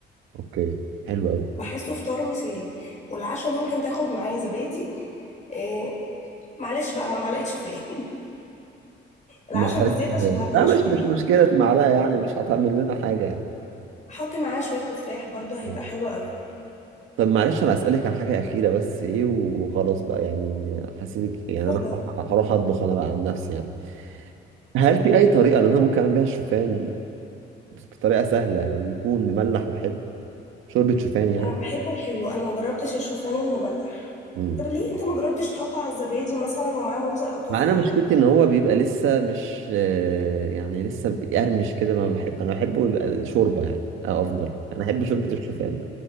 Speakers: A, on the right (about 85°); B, on the left (about 35°).
A: اوكي حلو قوي
B: بحسه فطار مثالي والعشاء ممكن تاخد معايا زبادي إيه معلش بقى ما معلقة شوفان <laughs> العشاء
A: معلقه
B: بالزيت
A: شوفان
B: عشان ما تجوعش
A: لا مش
B: بالليل
A: مش مشكله معلقه يعني مش هتعمل لنا حاجه يعني
B: حط معاه شوية تفاح برضه هيبقى
A: آه.
B: حلو قوي
A: طب معلش انا اسالك على حاجه اخيره بس ايه وخلاص بقى يعني هسيبك يعني
B: اتفضل
A: انا هروح هروح اطبخ انا بقى عن نفسي يعني هل
B: اتفضل
A: في أي طريقة إن أنا ممكن أعمل بيها الشوفان بطريقة سهلة ويكون مملح وحلو شوربة شوفان يعني
B: انا بحبه الحلو انا مجربتش الشوفان المملح
A: مم.
B: طب ليه انت ما جربتش تحطه على الزبادي مثلا ومعاه موزة او تفاحة
A: مع أنا مشكلتي إن هو بيبقى لسه مش آه، يعني لسه بيقرمش كده ما بحب أنا بحبه يبقى شوربة يعني أو أفضل أنا أحب شوربة الشوفان